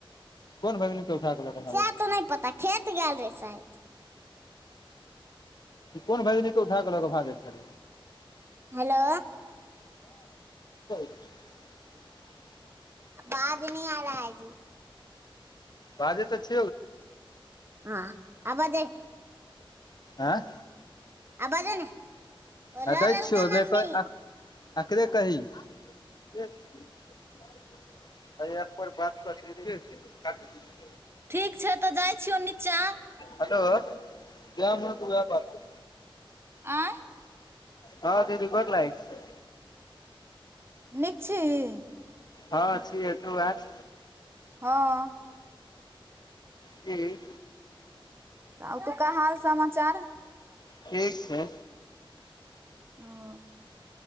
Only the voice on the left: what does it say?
कोन भगिन उठा कऽ लऽ कऽ भागौ
छलैय
कोन भागिनी क उठा कऽ लऽ कऽ भागै छलै
<unintelligible>
बाजे ने छहि
हाँ
आ दई
छियै
दे कही आ अकरे कहि <unintelligible>
हेलो जे मेन हेतो उहे बात करतो
हँ दीदी गोर लागैय छियो
हँ छिये तू बाज
कि
ठीक छै